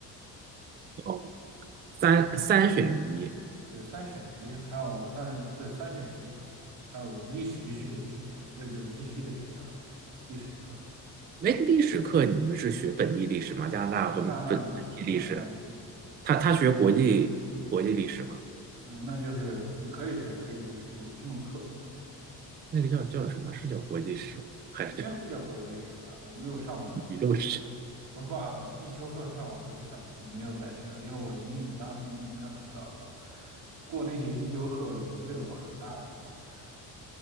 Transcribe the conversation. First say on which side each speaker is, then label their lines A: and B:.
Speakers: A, on the right; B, on the right.
A: 哦，三三选一。
B: 对，三选一，还有但是对三选一，还有历史必须得学，这就必须得学了。历史课，
A: 哎，历史课你们是学本地历史吗？加拿大和本本地历史？
B: 加拿大历史，加拿大历史，
A: 他他学国际国际历史吗？
B: 嗯，那就是你可以学，可以不学，有这门课，
A: 那个叫叫什么？是叫国际史吗还是叫
B: 应该是叫国际史吧？我没有上过这门
A: 宇宙史？
B: 我把必修课上完就不想没有再学了，因为我英语当时英语真的很糟糕，过那节必修课已经费了我很大的力气了。